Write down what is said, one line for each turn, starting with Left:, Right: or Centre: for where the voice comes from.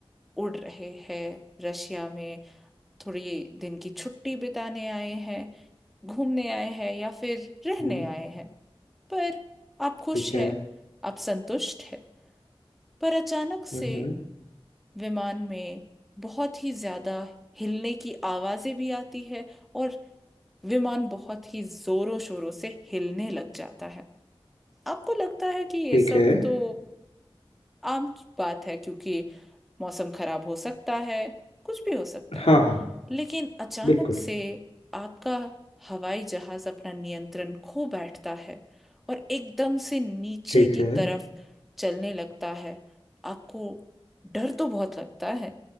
Centre: उड़ रहे हैं रशिया में थोड़ी दिन की छुट्टी बिताने आए हैं घूमने आए हैं या फिर रहने
Left: हम्म
Centre: आए हैं पर आप खुश
Left: ठीक
Centre: हैं
Left: है
Centre: आप संतुष्ट हैं पर अचानक से
Left: हम्म
Centre: विमान में बहुत ही ज्यादा हिलने की आवाजें भी आती है और विमान बहुत ही जोरों शोरों से हिलने लग जाता है आपको लगता है कि ये
Left: ठीक
Centre: सब
Left: है
Centre: तो आम बात है क्योंकि मौसम खराब हो सकता है कुछ भी हो सकता है
Left: हाँ हाँ
Centre: लेकिन अचानक
Left: बिल्कुल
Centre: से आपका हवाई जहाज अपना नियंत्रण खो बैठता है और एकदम से नीचे
Left: ठीक
Centre: की
Left: है
Centre: तरफ चलने लगता है आपको डर तो बहुत लगता है